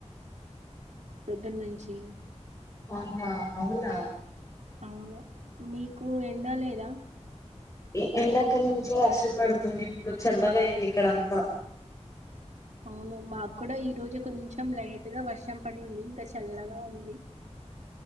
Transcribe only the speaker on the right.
పొద్దునుంచి
అవును మీకు ఎండ లేదా
అవును మాక్కుడా ఈ రోజు కొంచెం లైట్ గా వర్షం పడింది ఇంక చల్లగా ఉంది <inaudible>